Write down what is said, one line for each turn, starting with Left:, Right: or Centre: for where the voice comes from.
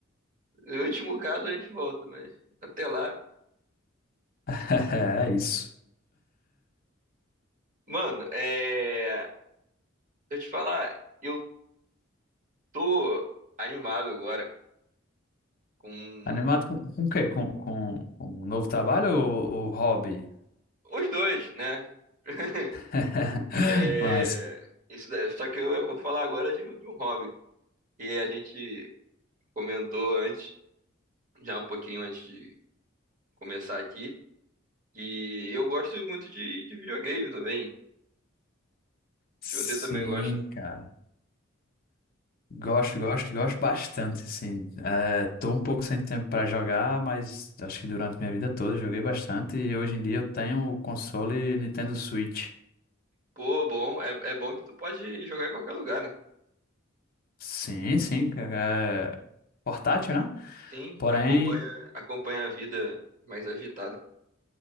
Right: No último caso a gente volta, mas até lá.
Left: <laughs> É isso.
Right: Mano, é. Eu te falar, eu tô animado agora com
Left: Animado com, com o quê? Com, com, com um novo trabalho ou, ou hobby?
Right: os dois, né? <laughs>
Left: <laughs>
Right: É,
Left: Massa.
Right: Isso daí. Só que eu vou falar agora de, de um hobby. E a gente comentou antes. já um pouquinho antes de começar aqui. E eu gosto muito de, de videogame também.
Left: Sim,
Right: Se você também gosta, Uhum.
Left: cara. Gosto, gosto, gosto bastante, sim. É, tô um pouco sem tempo para jogar, mas acho que durante minha vida toda eu joguei bastante e hoje em dia eu tenho o console Nintendo Switch.
Right: pô, bom, é, é bom que tu pode jogar em qualquer lugar, né?
Left: Sim, sim, é é portátil, né?
Right: Sim,
Left: Porém,
Right: Claro. acompanha, acompanha a vida mais agitada.